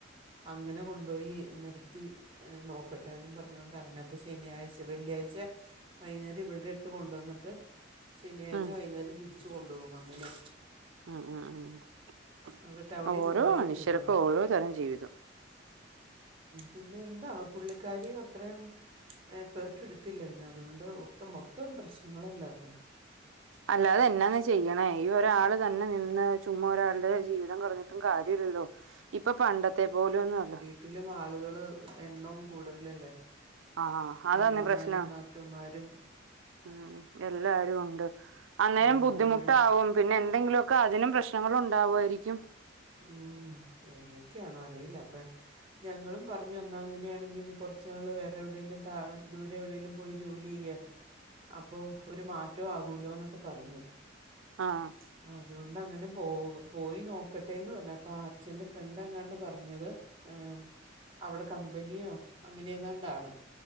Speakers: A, on the right; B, on the right.
A: അങ്ങനെ കൊണ്ടോയി നിർത്തി. നോക്കട്ടേന്നും പറഞ്ഞോണ്ട് അങ്ങനെപ്പ ശനിയാഴ്ച വെള്ളിയാഴ്ച വൈന്നേരം ഇവൾടെട്ത്ത് കൊണ്ടോന്നിട്ട് ശനിയാഴ്ച
B: ഉം
A: വൈന്നേരം തിരിച്ചു കൊണ്ടോകും അങ്ങനെ.
B: ആഹ് ആഹ് ആഹ്.
A: അവിടെ ടൗണിൽ
B: ഓരോ
A: കൊണ്ടുപോയി
B: മനുഷ്യർക്കും
A: വിടണം
B: ഓരോ തരം ജീവിതം.
A: പിന്നെ എന്താവം പുള്ളിക്കാരിയും അത്രയും എഫേർട്ട് എടുത്തില്ല പിന്നെ അതുകൊണ്ട് ഒത്തം മൊത്തം പ്രശ്നങ്ങളല്ലാര്ന്നു.
B: അല്ലാതെ എന്നാന്ന് ചെയ്യണെ. ഈ ഒരാള് തന്നെ നിന്ന് ചുമ്മാ ഒരാളുടെ ജീവിതം കളഞ് ന്നും കാര്യല്ലല്ലോ. ഇപ്പൊ പണ്ടത്തെ പോലൊന്നല്ല.
A: ട്ടിലും ആളുകള് എണ്ണോം കൂടുതലല്ലേ.
B: ആ അതാന്ന്
A: ആങ്ങളമാരും
B: പ്രശ്നം
A: നാത്തൂന്മാരും.
B: ഉം എല്ലാരും ഉണ്ട്. അന്നേരം
A: എല്ലാവരും
B: ബുദ്ധിമുട്ടാവും
A: കൂടെ
B: പിന്നെ എന്തെങ്കിലുക്കെ അതിനും പ്രശ്നങ്ങളും ഉണ്ടാവു ആയിരിക്കും.
A: ഉം എന്തൊക്കെയാണോ അറിയില്ല അപ്പ ഞങ്ങളും പറഞ്ഞു എന്നാ അങ്ങനെയാണെങ്കിൽ നീ കൊർച്ച് നാള് വേറെ എവിടെലും താ ദൂരെ എവിടെലും പോയി ജോലിയ്യ്. അപ്പൊ ഒരു മാറ്റം ആകൂലോന്നൊക്കെ പറഞ്ഞു.
B: ആഹ്
A: അതുകൊണ്ട് അങ്ങനെ പോ പോയി നോ ക്കട്ടെന്ന് പറഞ്ഞു അപ്പോ ആ അച്ഛൻ്റെ ഫ്രണ്ട് എങ്ങാണ്ട് പറഞ്ഞത് ഏഹ് അവിടെ കമ്പനിയോ അങ്ങനെ ഏതാണ്ടാണ്